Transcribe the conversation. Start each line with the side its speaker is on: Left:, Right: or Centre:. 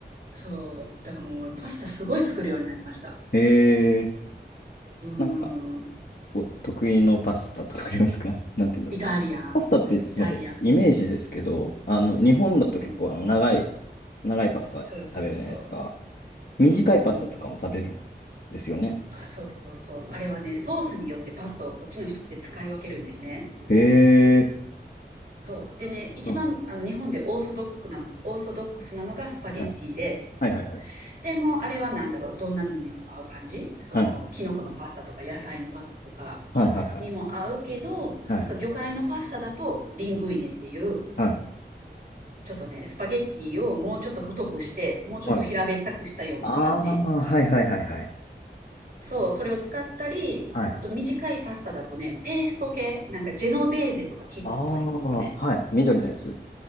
Right: そう。だからもうパスタすごい作るようになりました。
Left: い。えー、
Right: うー
Left: なんか
Right: ん。
Left: お得意のパスタとかありますか <laughs> なんて言うんだろう。
Right: イタリアン。
Left: パスタってすいません、
Right: イタリアンね。
Left: イメージですけど、あの、日本だと結構あの長い、
Right: うんうんうん。
Left: 長いパスタ食べるじゃないですか。
Right: そうそうそ
Left: 短いパスタとかも食べるん
Right: う。うんうんうん。
Left: ですよね。
Right: あ、そうそうそう。あれはね、ソースによってパスタをこっちの人って使い分けるんですね。
Left: へえ。
Right: そう。でね、一番あの日本でオーソドックな、
Left: うん
Right: オーソドックスなのがスパゲッティで、
Left: はいはいはいはい。
Right: でもうあれはなんだろう、どんなのにでも合う感じその、
Left: はい。
Right: キノコのパスタとか野菜のパスタとか
Left: はいはいはい。
Right: にも合うけど、
Left: はい。
Right: なんか魚介のパスタだとリングイネっていう、
Left: はい。
Right: ちょっとね、スパゲッティをもうちょっと太くして、もうちょっと平べったくしたような感じ。
Left: はい。ああ、はいはいはいはい。
Right: そう、それを使ったり、
Left: はい。
Right: あと短いパスタだとね、ペースト系、なんかジェノベーゼとか聞いたことありますかね
Left: ああ、はい。緑のやつ。